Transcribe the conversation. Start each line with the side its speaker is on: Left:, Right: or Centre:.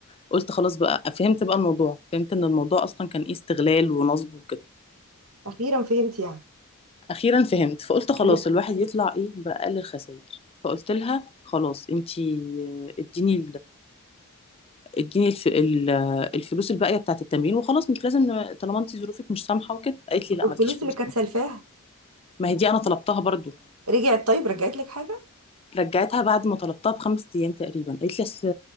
Left: قلت خلاص بقى فهمت بقى الموضوع فهمت ان الموضوع اصلا كان ايه استغلال ونصب وكده
Right: اخيرا فهمت يعني
Left: اخيرا فهمت فقلت خلاص
Right: اخيرا
Left: الواحد يطلع ايه باقل الخسائر فقلت لها خلاص انت آه، اديني اديني الف... ال- الفلوس الباقيه بتاعت التمرين وخلاص مش لازم ن- طالما انت ظروفك مش سامحه وكده قالت
Right: طب
Left: لي لا
Right: والفلوس
Left: مالكيش فلوس
Right: اللي كانت سلفاها
Left: ما هي دي انا طلبتها برضو
Right: رجعت طيب رجعت لك حاجه
Left: رجعتها بعد ما طلبتها بخمس ايام تقريبا قالت لي اصل